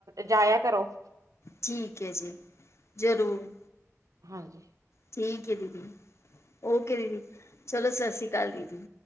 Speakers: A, on the right; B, on the left.
A: ਜਾਇਆ ਕਰੋ।
B: ਠੀਕ ਹੈ ਜੀ ਜ਼ਰੂਰ।
A: ਹਂਜੀ।
B: ਠੀਕ ਏਦੀਦੀ ਔਕੇ ਦੀਦੀ ਚਲੋ ਸਸ ਸ਼੍ਰੀ ਕਾਲ ਦੀਦੀ।